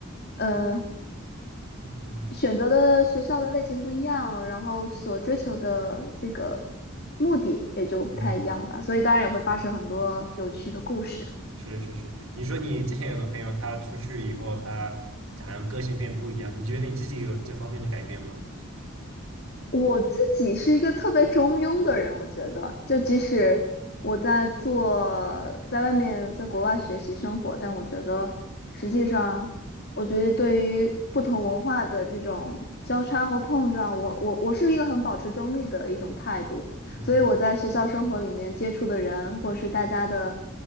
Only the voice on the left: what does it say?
嗯、
选择的学校的类型不一样，然后所追求的这个目的也就不太一样吧，
所以当然也会发生很多有趣的故事。
我自己是一个特别中庸的人，我觉得，就即使我在做，在外面，在国外学习生活，但我觉得实际上，我觉得对于不同文化的这种交叉和碰撞，我我我是一个很保持中立的一种态度。
所以我在学校生活里面接触的人，或是大家的